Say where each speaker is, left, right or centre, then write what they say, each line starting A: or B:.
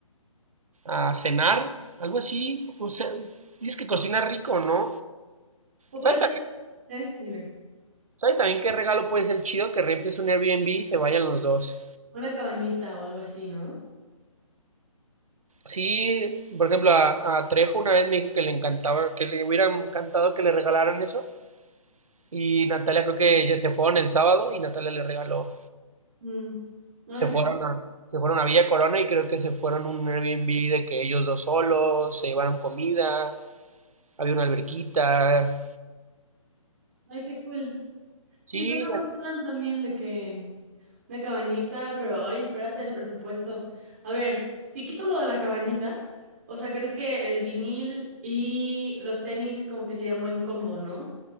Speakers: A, on the right; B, on the right.
A: a cenar, algo así. O sea, dices que cocina rico, ¿no?
B: O puede
A: ¿Sabes
B: ser,
A: también,
B: ¿eh? Dime,
A: ¿sabes también qué regalo puede ser chido? Que rentes un Airbnb y se vayan los dos.
B: una cabañita o algo así, ¿no?
A: Sí, por ejemplo, a, a Trejo una vez me dijo que le encantaba, que le hubiera encantado que le regalaran eso. Y Natalia creo que ya se fueron el sábado y Natalia le regaló
B: Mm. Ay,
A: se
B: qué,
A: fueron a, se fueron a Villa Corona y creo que se fueron a un Airbnb de que ellos dos solos, se llevaron comida, había una alberquita.
B: ay, qué cool.
A: Sí,
B: Sí, suena
A: la-
B: buen plan también de que Una cabañita, pero ay, espérate el presupuesto. A ver, si quito lo de la cabañita, o sea, ¿crees que el vinil y los tenis como que serían buen combo, ¿no?